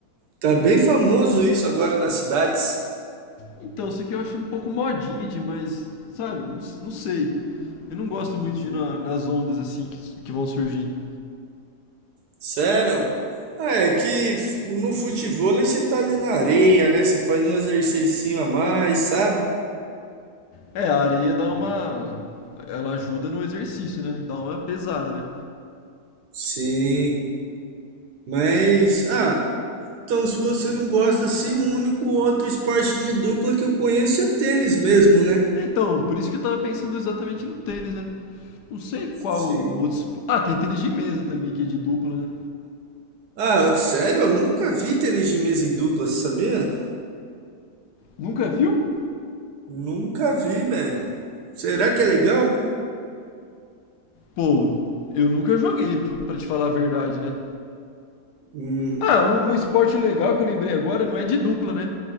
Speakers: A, on the right; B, on the left.
A: Tá bem famoso isso agora nas cidades.
B: Então, isso aqui eu acho um pouco modinha demais, sabe? Não, s- não sei. Eu não gosto muito de ir na- nas ondas, assim, que, s- que vão surgindo.
A: Sério? Ah, é que f- no futevôlei você tá ali na areia, né? Você faz um exercício a mais, sabe?
B: É, a areia dá uma... Ela ajuda no exercício, né? Dá uma pesada, né?
A: Sim, mas ah, então se você não gosta assim, o único outro esporte de dupla que eu conheço é tênis mesmo, né?
B: É, então, por isso que eu tava pensando exatamente no tênis, né? Não sei qual
A: Sim.
B: outro. espo- Ah, tem tênis de mesa também, que é de dupla, né?
A: Ah, sério? Eu nunca vi tênis de mesa em dupla, sabia?
B: Nunca viu?
A: Nunca vi, velho. Será que é legal?
B: Pô, eu nunca joguei, p- pra te falar a verdade, né?
A: Hum.
B: Ah, um, um esporte legal que eu lembrei agora não é de dupla, né?